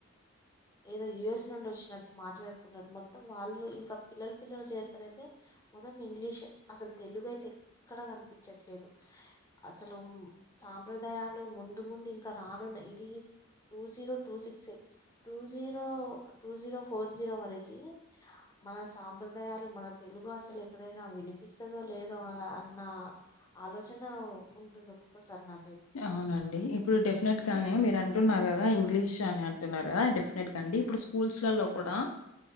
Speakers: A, on the left; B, on the left.
A: ఏదో యుఎస్ నుండి వచ్చినట్టు మాట్లాడుతున్నారు మొత్తం వాళ్ళు ఇంకా పిల్లల పిల్లలు చేరితనయితే మొదం ఇంగ్లీషె అసలు తెలుగు అయితే ఎక్కడ కనిపించట్లేదు అసలు సాంప్రదాయాలు ముందు ముందు ఇంకా రానున్నాయి ఇది two zero two six two zero two zero four zero వరకి మన సాంప్రదాయ అసలు మన తెలుగు అసలు ఎక్కడైనా వినిపిస్తదో లేదో అన్న ఆలోచన ఉంటుంది ఒక్కొక్కసారి నా
B: అవునండి ఇప్పుడు డెఫినెట్ గానే మీరన్ అంటున్నారు కదా ఇంగ్లీష్ అని అంటున్నారు కదా డెఫినెట్ గా అండి ఇప్పుడు స్కూల్స్ లలో కూడా